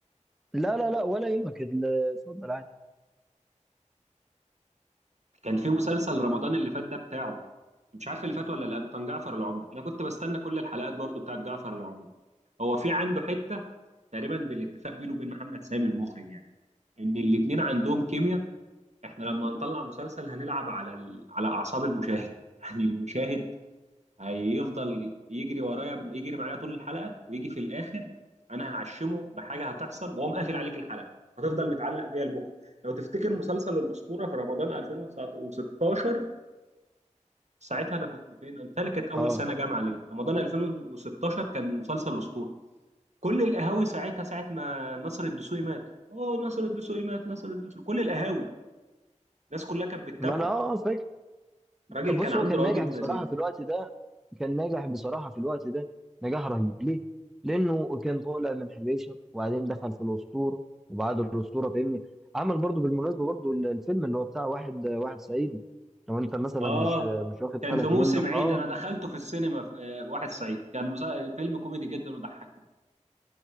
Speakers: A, in the centre; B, on the right (about 65°).
A: لا لا لا ولا يهمك ال- اتفضل عادي
B: كان في مسلسل رمضان اللي فات ده بتاعه مش عارف اللي فات ولا اللي قبله كان جعفر العمدة انا كنت بستنى كل الحلقات برضو بتاعت جعفر العمدة هو في عنده حتة تقريبا بالاتفاق بينه وبين محمد سامي المخرج يعني ان الاتنين عندهم كيمياء احنا لما هنطلع مسلسل هنلعب على ال... على اعصاب المشاهد <laughs> يعني المشاهد هيفضل يجري ورايا يجري معايا طول الحلقة ويجي في الاخر انا هعشمه بحاجة هتحصل واقوم قافل عليك الحلقة هتفضل متعلق بيها لبكره لو تفتكر مسلسل الاسطوره في رمضان 2019 ساعتها انا كنت فين قلت لك كانت اول
A: أه
B: سنه جامعه ليا رمضان 2016 كان مسلسل اسطوره كل القهاوي ساعتها ساعه ما نصر الدسوقي مات اوه نصر الدسوقي مات نصر الدسوقي كل القهاوي الناس كلها كانت بتتابعه
A: ما أنا أه
B: آه.
A: فاكر
B: راجل
A: بص
B: كان عنده
A: هو كان
B: رواجب
A: ناجح
B: مزين
A: بصراحة في الوقت ده كان ناجح بصراحة في الوقت ده نجاح رهيب ليه؟ لأنه كان طالع من حبيشة وبعدين دخل في الأسطورة وبعد الأسطورة فاهمني عمل برضو بالمناسبة برضو ال- الفيلم اللي هو بتاع واحد واحد صعيدي لو أنت مثلا
B: اه
A: مش مش واخد
B: كان
A: بالك
B: في موسم
A: منه
B: عيد
A: أه
B: انا دخلته في السينما في آه واحد صعيد كان مسا- فيلم كوميدي جدا وضحكني